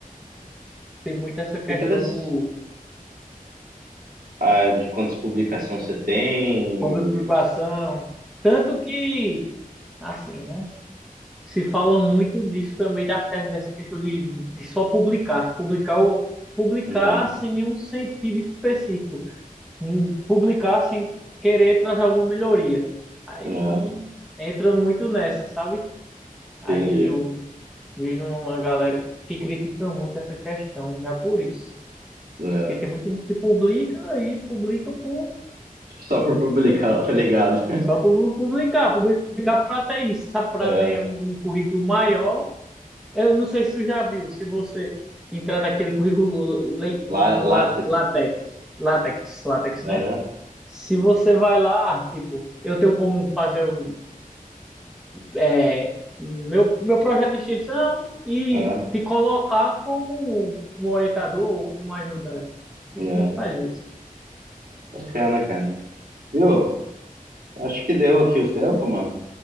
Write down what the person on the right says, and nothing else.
Interessante.
Ah, é, de quantas publicações você tem?
Não,
não,
entendi.
É.
Só por publicar,
eu tô ligado. <laughs>
É.
Lá, Lattes.
É,
é,
é.
Bacana, cara. Viu? Acho que deu aqui o tempo, mano.